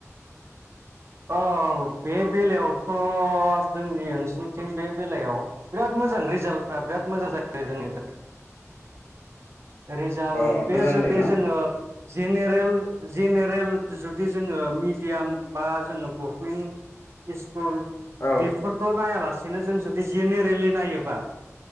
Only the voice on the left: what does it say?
अ
मोजां
जायोना
औ